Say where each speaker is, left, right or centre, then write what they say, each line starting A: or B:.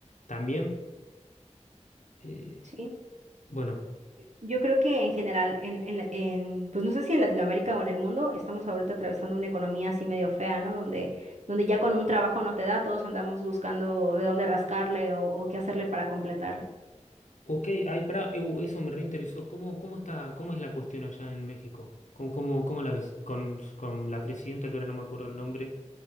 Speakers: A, on the left; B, on the right.
A: también, eh,
B: Sí.
A: bueno,
B: Yo creo que en general, en, en, la- en, pues no sé si en Latinoamérica o en el mundo, estamos ahorita atravesando una economía así medio fea, ¿no? Donde, donde ya con un trabajo no te da, todos andamos buscando de dónde rascarle o, o qué hacerle para completar.
A: ok, ay, pará, eu, eso me reinteresó. ¿Cómo, cómo está, cómo es la cuestión allá en México? ¿Cómo, cómo, cómo la ves? Con, con la presidenta, que ahora no me acuerdo el nombre.